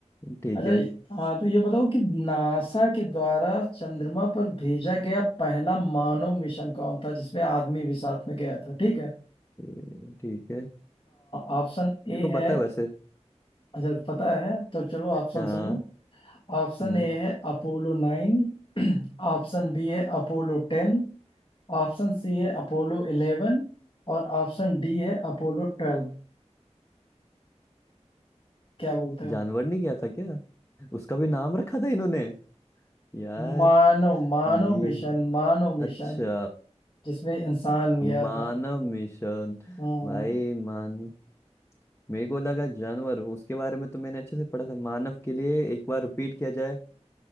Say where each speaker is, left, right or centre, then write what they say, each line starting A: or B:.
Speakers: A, on the left; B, on the left.
A: ठीक
B: अच्छा
A: है
B: ये- हाँ तो ये बताओ कि नासा के द्वारा चंद्रमा पर भेजा गया पहला मानव मिशन कौन था जिसमें आदमी भी साथ में गया था ठीक है
A: ए, ठीक है
B: ऑप्शन ए
A: मेरे को
B: है
A: पता है वैसे
B: अच्छा पता है तो चलो ऑप्शन
A: हाँ
B: सुन लो ऑप्शन
A: हम्म
B: ए है अपोलो नाइन ऑप्शन बी है अपोलो टेन ऑप्शन सी है अपोलो इलेवन और ऑप्शन डी है अपोलो ट्वेल्व क्या बोलते हो
A: जानवर नहीं गया था क्या उसका भी नाम रखा था इन्होंने यार
B: मानो मानो
A: ये
B: मिशन मानो मिशन
A: अच्छा
B: जिसमें इंसान गया
A: मानव
B: था
A: मिशन
B: हम्म,
A: भाई मान मेरे को लगा जानवर उसके बारे में तो मैंने अच्छे से पढ़ा था मानव के लिए एक बार रिपीट किया जाए